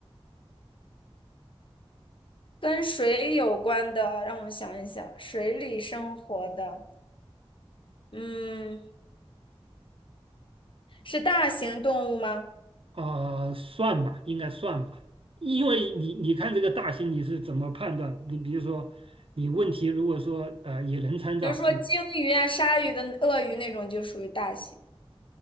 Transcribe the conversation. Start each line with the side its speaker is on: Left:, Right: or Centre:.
Left: 跟水有关的，让我想一想，水里生活的，嗯，是大型动物吗？
Right: 啊，算吧，应该算吧，因为你你看这个大型你是怎么判断？你比如说，你问题如果说呃也能参照，
Left: 比如说鲸鱼啊、鲨鱼的、鳄鱼那种就属于大型，